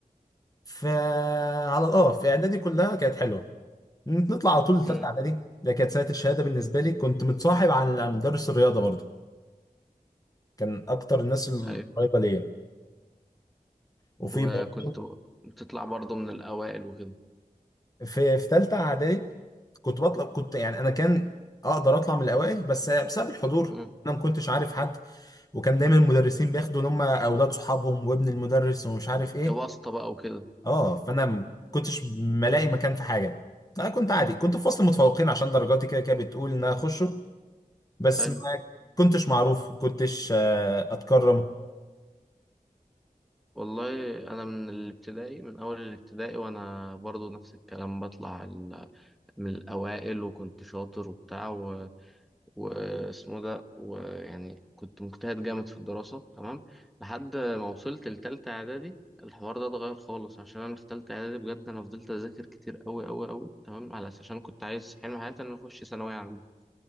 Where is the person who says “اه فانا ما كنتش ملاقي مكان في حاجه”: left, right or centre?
Left